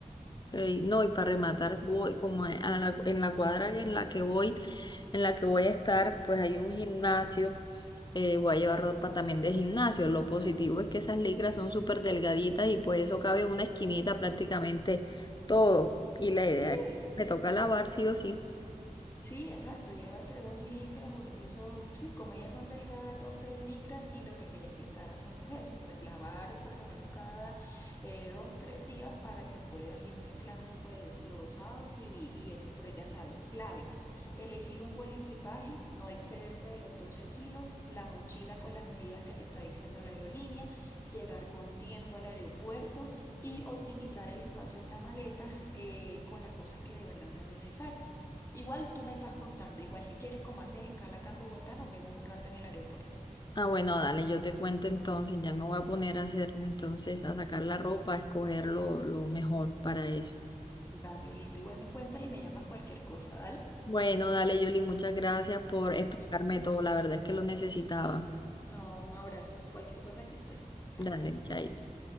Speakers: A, on the left (about 35°); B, on the left (about 20°).
A: Ey, no, y para rematar, voy como a la- en la cuadra en la que voy, en la que voy a estar, pues hay un gimnasio, eh, voy a llevar ropa también de gimnasio. Lo positivo es que esas licras son súper delgaditas y pues eso cabe en una esquinita prácticamente todo. Y la idea
B: Sí,
A: es, me toca lavar sí o sí.
B: Sí, exacto, llévate dos licras o incluso, sí, como ellas son delgadas, dos, tres licras y lo que tienes que estar haciendo es eso, pues lavar por lo menos cada eh, dos, tres días para que puedas ir mezclando pues los outfits y, y eso, pero ya sabes, clave, elegir un buen equipaje, no excederte de los 12 kilos, la mochila con las medidas que te está diciendo la aerolínea, llegar con tiempo al aeropuerto y optimizar el espacio en la maleta eh, con las cosas que de verdad sean necesarias. Igual tú me estás contando, igual si quieres, como haces escala acá en Bogotá, nos vemos un rato en el aeropuerto.
A: Ah, bueno, dale, yo te cuento entonces, ya me voy a poner a hacer entonces, a sacar la ropa, a escoger lo, lo mejor para eso.
B: Dale, listo. Igual me cuentas y me llamas cualquier cosa, dale.
A: Bueno, dale, Yoli, muchas gracias por explicarme
B: Dale.
A: todo, la verdad es que lo necesitaba.
B: No, un abrazo. Cualquier cosa, aquí estoy. Chao.
A: Dale, ya.